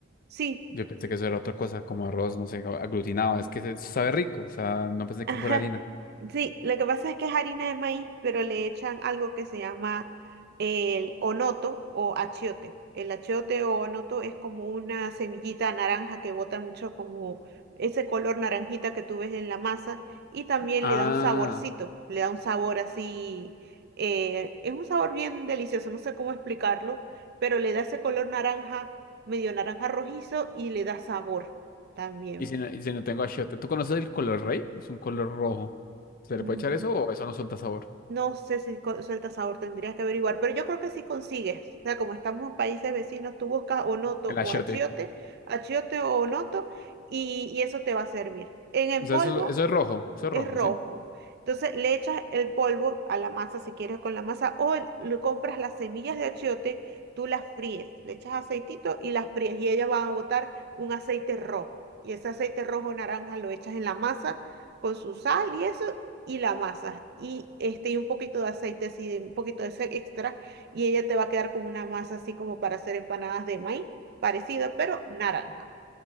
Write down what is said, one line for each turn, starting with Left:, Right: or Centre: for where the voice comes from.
Right: sí.
Left: yo pensé que eso era otra cosa, como arroz, no sé, aglutinado. Es que se- sabe rico, o sea, no pensé
Right: Ajá.
Left: que fuera harina.
Right: Sí, lo que pasa es que es harina de maíz, pero le echan algo que se llama el onoto o achiote. El achiote o onoto es como una semillita naranja que bota mucho como ese color naranjita que tú ves en la masa y también
Left: Ah,
Right: le da un saborcito, le da un sabor así, eh, es un sabor bien delicioso, no sé cómo explicarlo, pero le da ese color naranja, medio naranja rojizo y le da sabor también.
Left: y si no, y si no tengo achiote, ¿tú conoces el color rey? Es un color rojo. ¿Se
Right: Mm,
Left: le puede echar eso o eso no suelta sabor?
Right: No sé si co- suelta sabor, tendrías que averiguar, pero yo creo que sí consigues. O sea, como estamos en países vecinos, tú buscas onoto
Left: El
Right: o
Left: achiote.
Right: achiote, achiote o onoto, y, y eso te va a servir. En el
Left: O sea,
Right: polvo
Left: eso, eso es rojo, eso
Right: es
Left: es rojo,
Right: rojo.
Left: ¿sí?
Right: Entonces le echas el polvo a la masa si quieres con la masa o el- lo compras las semillas de achiote, tú las fríes, le echas aceitito y las fríes y ellas van a botar un aceite rojo. Y ese aceite rojo naranja lo echas en la masa con su sal y eso y la masa y este y un poquito de aceite así, un poquito de ese extra y ella te va a quedar como una masa así como para hacer empanadas de maíz, parecido pero naranja.